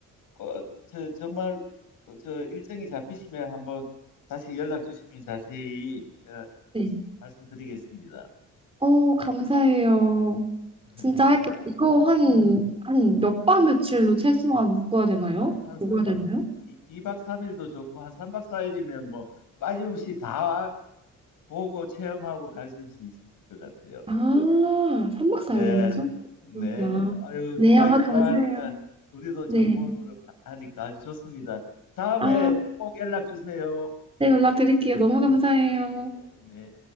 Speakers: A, on the left; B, on the right.
A: 어, 저 정말 어, 저 일정이 잡히시면 한번 다시 연락 주시면 자세히 어,
B: 네.
A: 말씀드리겠습니다.
B: 어, 감사해요.
A: <laughs>
B: 진짜
A: 예.
B: 할게요. 이거 한, 한 몇 밤 며칠로 최소한 묶어야 되나요?
A: 한, 한삼박이박삼일도
B: 묶어야 되나요?
A: 좋고 한삼박사일이면뭐 빠짐없이 다 보고 체험하고 가실 수 있으실 것 같아요.
B: 아, 3박 4일이면서?
A: 예.
B: 그렇구나.
A: 네. 아유,
B: 네,
A: 두바이
B: 아,
A: 좋아하니까
B: 감사해요.
A: 우리도
B: 네.
A: 전문으로 하니까 아주 좋습니다. 다음에
B: 아.
A: 꼭 연락 주세요.
B: 네, 연락드릴게요. 너무 감사해요.
A: 예, 네.